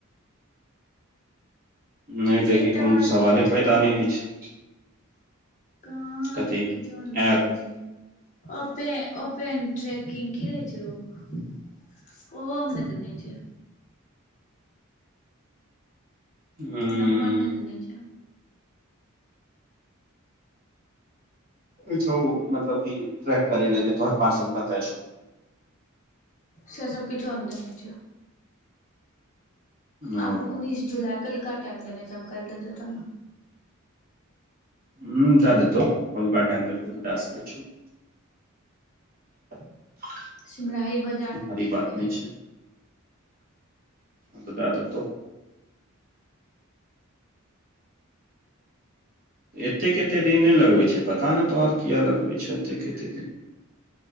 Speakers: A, on the right; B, on the left.
A: नै दै
B: एकटा
A: के कूनू
B: आओर अथी
A: सवाले
B: होइ छै
A: पैदा
B: ने
A: नै होइ छै।
B: कहा
A: कथी
B: दै छै किछो नै
A: ऐप
B: दइ छै। ओेपे ओपेन ट्रैकिंग की रहे छै होअ? उहो मे नै देने छै।
A: उम्म
B: नंबर नै देने छै।
A: उ छो मतलब की ट्रैक करे लै जे तोहर पारसल कते छौ।
B: से सब किछो नै देने छै। आब
A: ओ
B: उन्ननीस जुलाई कैल का टाइम देने छै, आब कएल दे तै तब नै।
A: हुं दै देतौ कोलका टाइम देलको तै दै सकै छो। ह
B: सिमराही बजा
A: भारी बात नय छै, आब तै दै देतो। एतेक एते दिन नय लगबय छय पता नय तोहर किये लग बय छोउ एतेक एते दिन?